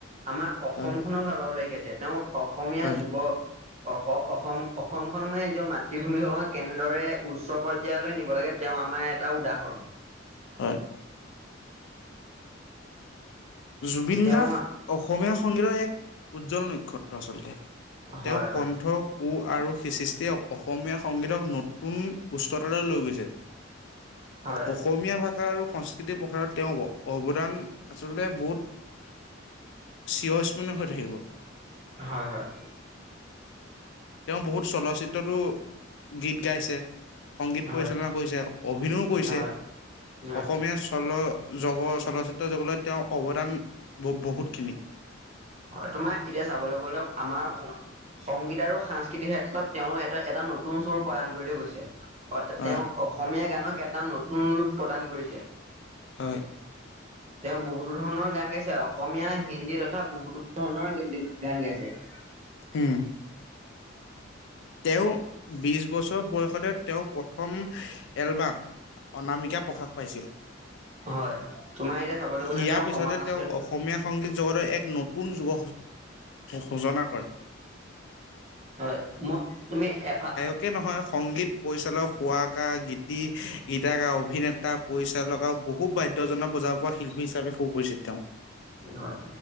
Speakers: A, on the right (about 35°); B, on the left (about 65°).
A: আমাৰ অসমখনক
B: হয়,
A: ভাল পাবলৈ শিকাইছে তেওঁ অসমীয়া
B: হয়।
A: যুৱ অ অসম অসমখনক মানে নিজৰ মাত মৃভূমি খনক কেনেদৰে উচ্চ পৰ্যায়লৈ নিব লাগে তেওঁ আমাৰ এটা উদাহৰণ।
B: হয়। জুবিন
A: তেওঁ
B: গাৰ্গ অসমীয়া সংগীতৰ এক উজ্জ্বল নক্ষত্ৰ আচলতে।
A: হয়
B: তেওঁ
A: হয়
B: কণ্ঠ কু আৰু সি সিষ্টে অসমীয়া সংগীতক নতুন উচ্চতালৈ লৈ গৈছে।
A: হয়
B: অসমীয়া ভাষা আৰু সংস্কৃতিৰ প্ৰসাৰত তেওঁ অৱদান আচলতে বহুত চিৰস্মৰণীয় হৈ থাকিব।
A: হয় হয়
B: তেওঁ বহুত চলচিত্ৰতো গীত গাইছে। সংগীত
A: হয়
B: পৰিচালনা কৰিছে অভিনয় কৰিছে
A: হয় উম
B: অসমীয়া চল জগ চলচিত্ৰ জগতলৈ তেওঁৰ অৱদান বহুতখিনি।
A: হয় তোমাৰ এতিয়া চাবলৈ গ'লে আমাৰ সংগীত আৰু সাংস্কৃতিক ক্ষেত্ৰত তেওঁ এটা এটা নতুন স্বৰূপ প্ৰদান কৰি থৈ গৈছে
B: হয়
A: তেওঁ অসমীয়া গানক এটা নত ৰূপ প্ৰদান কৰিছে।
B: হয়।
A: তেওঁ বহুতো ধৰণৰ গান গাইছে অসমীয়া হিন্দীত কথা বহুতো ধৰণৰ গান গাইছে।
B: উম। তেওঁ বিশ বছৰ বয়সতে তেওঁ প্ৰথম এলবাম অনামিকা প্ৰকাশ পাইছিল।
A: হয় তোমাৰ এতিয়া চাবলৈ গ'লে
B: ইয়াৰ
A: তেওঁ
B: পিছতে
A: সমাজ
B: তেওঁ
A: সেৱ
B: অসমীয়া সংগীত জগত এক নতুন যগ সূজনা কৰে
A: হয় মই তুমি এফাক
B: তাকে নহয় সংগীত পৰিচালক হুৱকা গীতি গীতা অভিনেতা পৰিচালাক আৰু বহুত বাধ্যজনক বজাব পৰা শিল্পী হিচাপে সু পৰিচিত তেওঁ
A: হয়